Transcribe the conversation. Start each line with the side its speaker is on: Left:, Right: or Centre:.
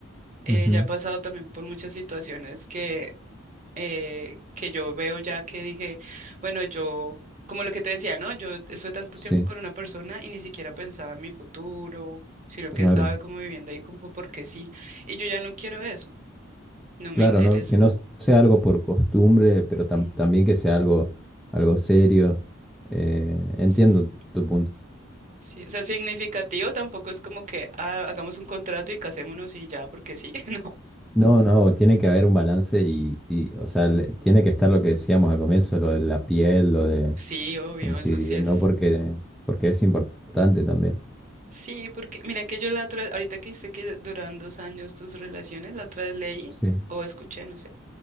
Right: eh,
Centre: Ujú.
Right: ya he pasado también por muchas situaciones eh, que yo veo ya que dije, bueno, yo, como lo que te decía, ¿no? Yo estoy tanto
Centre: Sí,
Right: tiempo con una persona y ni siquiera pensaba en mi futuro, sino que
Centre: claro.
Right: estaba como viviendo ahí como porque sí, y yo ya no quiero eso, no me
Centre: Claro,
Right: interesa.
Centre: ¿no? Que no sea algo por costumbre, pero tam-
Right: Mm,
Centre: también que sea algo, algo serio. Eh, entiendo
Right: Sí,
Centre: tu punto.
Right: sí, o sea, significativo tampoco es como que ah, hagamos un contrato y casémonos y ya, porque sí, <laughs> no.
Centre: No, no, tiene que haber un balance y, y, o
Right: Sí.
Centre: sea, le- tiene que estar lo que decíamos al comienzo, lo de la piel, lo de
Right: Sí, obvio,
Centre: coincidir,
Right: eso sí es.
Centre: ¿no? Porque, porque es importante también.
Right: Sí, porque mira que yo la otra, ahorita que dijiste que duraban dos años tus relaciones, la otra vez leí
Centre: Sí.
Right: o escuché, no sé